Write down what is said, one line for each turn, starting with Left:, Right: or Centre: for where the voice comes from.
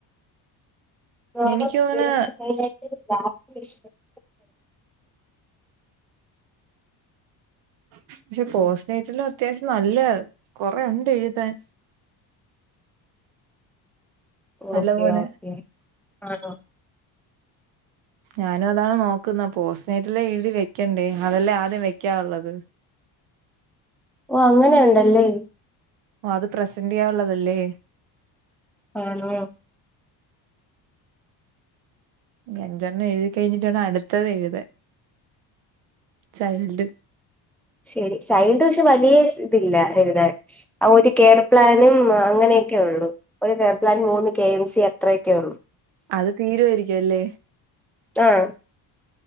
Centre: <unintelligible>
Right: എനിക്ക് തോന്നുന്നു പക്ഷെ പോസ്റ്റ്നേറ്റിലും അത്യാവശ്യം നല്ല കൊറെേ ഉണ്ട് എഴുതാൻ
Centre: ഓക്കെ
Right: നല്ലപോലെ
Centre: ഓക്കേ ആഹ
Right: ഞാനും അതാണ് നോക്കുന്ന പോസ്റ്റ്നേറ്റല്ലാം എഴുതി വെക്കണ്ടേ അതല്ലേ ആദ്യം വെക്കാനുള്ളത്
Centre: ഓ അങ്ങനെയ ഉണ്ടല്ലേ
Right: ഓ അത് പ്രസന്റ് ചെയ്യാനുള്ളതല്ലേ
Centre: ആണോ
Right: അഞ്ചെണ്ണം എഴുതി കഴിഞ്ഞിട്ട് വേണം അടുത്തത് എഴുതാൻ ചൈൽഡ്
Centre: ശരി ചൈൽഡ് പക്ഷേ വലിയ ഇതില്ല എഴുതാൻ ആ ഒരു കെയർ പ്ലാനും അങ്ങനെയൊക്കെ ഉള്ളു ഒരു കെയർപ്ലാന് മൂന്ന് കെ എം സി അത്രയൊക്കെ ഉള്ളു
Right: അത് തീരുവായിരിക്കും അല്ലേ
Centre: ആഹ്